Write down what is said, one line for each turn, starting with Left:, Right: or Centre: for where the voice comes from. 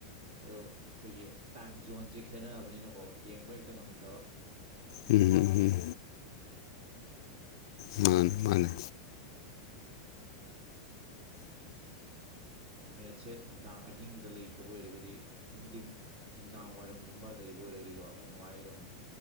Right: ꯑꯗꯣ ꯑꯩꯈꯣꯏꯒꯤ ꯇꯥꯏꯝ ꯖꯣꯟꯁꯦ ꯈꯦꯠꯅꯔꯕꯅꯤꯅꯀꯣ ꯌꯦꯡꯕ ꯍꯦꯛꯇ ꯉꯝꯗꯕ
Left: ꯎꯝ ꯎꯝ ꯃꯥꯅꯦ ꯃꯥꯅꯦ
Right: ꯃꯦꯠꯁꯦ ꯅꯨꯡꯗꯥꯡ ꯑꯍꯤꯡꯗ ꯂꯩꯇꯕ ꯑꯣꯏꯔꯒꯗꯤ ꯅꯨꯡꯊꯤꯟ ꯅꯨꯡꯗꯥꯡ ꯋꯥꯏꯔꯝꯒꯨꯝꯕ ꯂꯩꯕ ꯑꯣꯏꯔꯀꯣ ꯌꯥꯝ ꯅꯨꯡꯉꯥꯏꯔꯧꯅꯦ